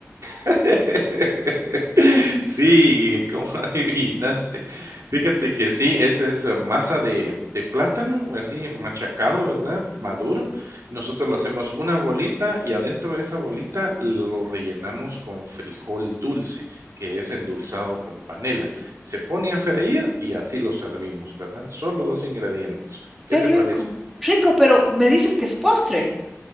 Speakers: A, on the right; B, in the centre.
A: <laughs> Sí, ¿cómo <laughs> adivinaste? Fíjate que sí, esa es eh, masa de, de plátano, así machacado, ¿verdad? Maduro. Nosotros lo hacemos una bolita y adentro de esa bolita lo rellenamos con frijol dulce, que es endulzado con panela. Se pone a freír y así lo servimos, ¿verdad? Solo dos ingredientes. ¿Qué
B: Qué
A: te
B: rico.
A: parece?
B: Rico, pero me dices que es postre.